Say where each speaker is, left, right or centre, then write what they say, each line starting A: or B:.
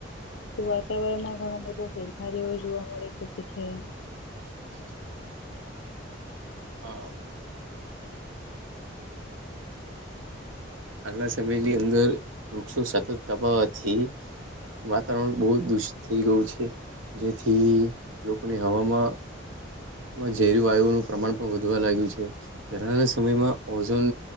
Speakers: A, on the left (about 70°); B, on the right (about 80°).
A: તો વાતાવરણમાં ઘણ બધો ફેરફાર એવો જોવા મળી શકે છે.
B: <inaudible> હા. હાલના સમયની અંદર વૃક્ષો સતત કાપાવાથી. વાતાવરણ બહુ દૂષિત થઈ ગયું છે જેથી લોકોને હવામાં માં ઝેર વાયુનું પ્રમાણ પણ વધવા લાગ્યું છે પેહલા ના સમયમાં ઓઝોન